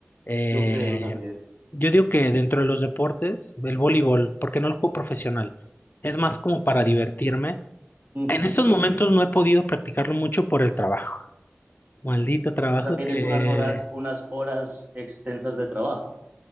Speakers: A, on the left; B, on the right.
A: Eh,
B: yo creo también.
A: yo digo que dentro de los deportes, el voleibol, porque no lo juego profesional, es más como para divertirme.
B: Mm,
A: En
B: Sí.
A: estos momentos no he podido practicarlo mucho por el trabajo. Maldito trabajo
B: O sea, tienes
A: que
B: unas horas, unas horas extensas de trabajo.